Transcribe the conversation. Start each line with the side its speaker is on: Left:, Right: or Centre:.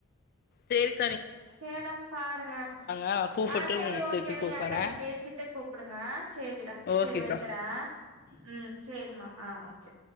Left: சேரி
Right: சேடா பாருங்க
Left: நா கூப்பிட்டு
Right: ஆ சேரி
Left: உங்களுக்கு
Right: ஓகே
Left: திருப்பி
Right: நீங்க
Left: கூப்பறே
Right: அத்தட்ட பேசிட்டு கூப்புடுங்க சேரிடா
Left: ஓகேக்கா
Right: சேரி வக்கிறே ம் சேரிம்மா ஆ ஓகே